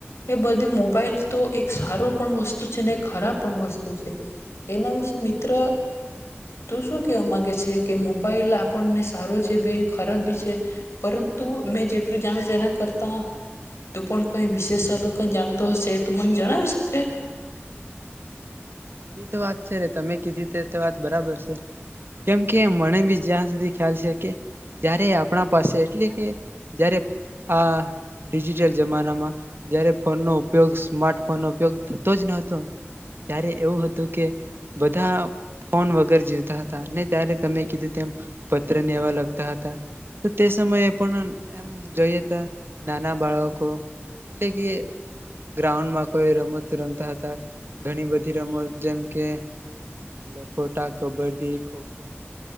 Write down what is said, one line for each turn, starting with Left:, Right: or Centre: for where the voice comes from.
Left: એ બધી મોબાઈલ તો એક સારો પણ વસ્તુ છે ને ખરાબ પણ વસ્તુ છે એના વિશે મિત્ર તું શું કેવા માંગ કે મોબાઈલ આપણને સારો છે બી ખરાબ બી છે પરંતુ મેં જેટલું જાણ એના કરતા તું પણ કઈ વિશેષ અલગ ક જાણતો હશે તું મને જણાવી શકે.
Right: તે તો વાત છે તમે કીધી ત તો વાત બરાબર છે કેમ કે મને બી જ્યાં સુધી ખ્યાલ છે કે જયારે આપણા પાસે એટલે કે જયારે આ ડિજિટલ જમાનામાં જયારે ફોનનો ઉપયોગ સ્માર્ટ ફોન નો ઉપયોગ થતો જ નતો. ત્યારે એવું હતું કે બધા ફોન વગર જીવતા હતા ને ત્યારે તમે કીધું તેમ પત્ર ને એવા લગતા હતા તો તે સમયે પણ એમ જોઈએ ત નાના બાળકો એટલે કે ગ્રાઉન્ડમાં કોઈ રમત રમતા હતા. ઘણી બધી રમત જેમ કે લખોટા, કબડ્ડી, ખોખો,